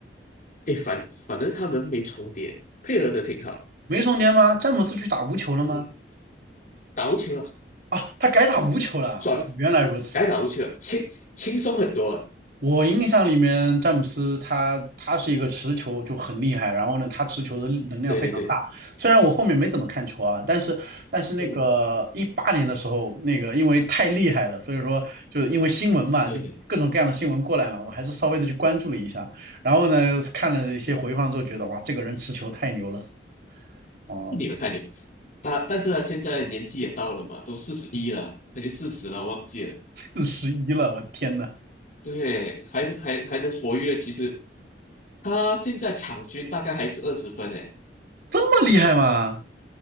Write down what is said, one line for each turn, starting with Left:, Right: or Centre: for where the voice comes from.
Left: 诶，反反正他们没重叠，配合的挺好。
Right: 没重叠吗？詹姆斯去打无球了吗？
Left: 嗯，打无球了，
Right: 啊，他改打无球了啊。
Left: 转
Right: 我原来如此。
Left: 改打无球了，轻轻松很多啊
Right: 我印象里面，詹姆斯他他是一个持球就很厉害，然后呢，他持球的力能量非常大。
Left: 对对对，
Right: 虽然我后面没怎么看球啊，但是但是那个一八年的时候，
Left: 嗯，
Right: 那个因为太厉害了，所以说就是因为新闻嘛，
Left: 对对，
Right: 就各种各样的新闻过来嘛，我还是稍微的去关注了一下。然后呢，看了一些回放之后，觉得哇，这个人持球太牛了，哦，
Left: 太牛太牛他，但但是他现在年纪也到了嘛，都四十一了，还是四十了，忘记了。
Right: 四十一了，我天呐，
Left: 对，还能还还能活跃，其实他现在场均大概还是二十分诶，
Right: 这么厉害吗？